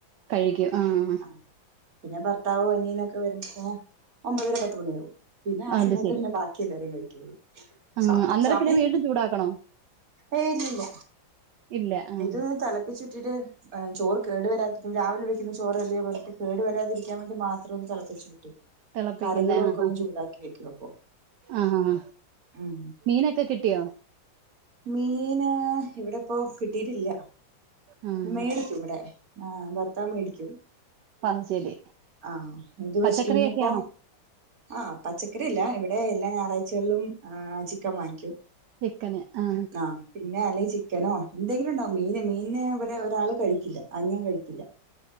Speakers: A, on the right; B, on the right.
A: കഴിക്കും ആഹാ
B: ആ പിന്നെ ഭർത്താവും, അനിയനൊക്കെ വരുമ്പോത്തിനും ഒമ്പതര പത്ത് മണിയാകും പിന്നെ ആ
A: അത്
B: സമയത്ത്
A: ശരി
B: പിന്നെ ബാക്കിയെല്ലാരും കഴിക്കൊള്ളൂ
A: ആ
B: സമ
A: അന്നേരം
B: സമയി
A: പിന്നെ വീണ്ടും ചൂടാക്കണോ
B: ഏയ് ഇല്ല്യല്ല
A: ഇല്ല ആ
B: ഇതൊന്ന് തെളപ്പിച്ച് ട്ട് എഹ് ചോറ് കേടു വരാതിരിക്കും രാവിലെ വെക്കുന്ന ചോറല്ലേ പറഞ്ഞിട്ട് കേടു വരാതിരിക്കാ ൻ വേണ്ടി മാത്രൊന്ന് തെളപ്പിച്ചൂറ്റും
A: തിളപ്പിക്കുന്ന
B: കറികളുവൊക്കൊന്ന്
A: ആ
B: ചൂടാക്കി വെക്കും അപ്പൊ
A: ആഹ്
B: ഉം
A: മീനൊക്കെ കിട്ടിയോ?
B: മീന് ഇവിടെപ്പൊ കിട്ടിയിട്ടില്ല
A: ആഹ്
B: മേടിക്കും ഇവടെ ആ ഭർത്താവ് മേടിക്കും
A: അത് ശരി
B: ആ ഇത്
A: പച്ചക്കറിയൊക്കെയാണോ
B: പക്ഷെ ഇന്നിപ്പോ ആഹ് പച്ചക്കറിയെല്ല ഇവിടെ എല്ലാ ഞായറാഴ്ചകളിലും ആ ചിക്കൻ വാങ്ങിക്കും
A: ചിക്കന് ആ
B: ആ പിന്നെ അല്ലെങ്കി ചിക്കനോ എന്തെങ്കിലുണ്ടാകും മീന് മീന് വിടെ ഒരാള് കഴിക്കില്ല അനിയൻ കഴിക്കില്ല